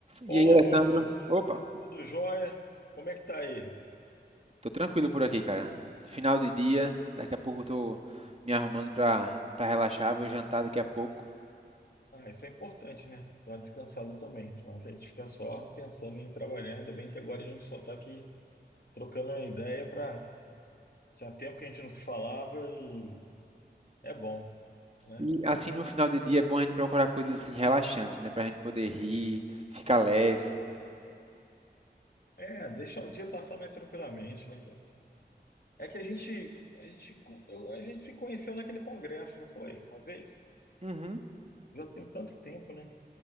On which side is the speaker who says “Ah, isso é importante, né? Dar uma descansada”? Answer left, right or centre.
Left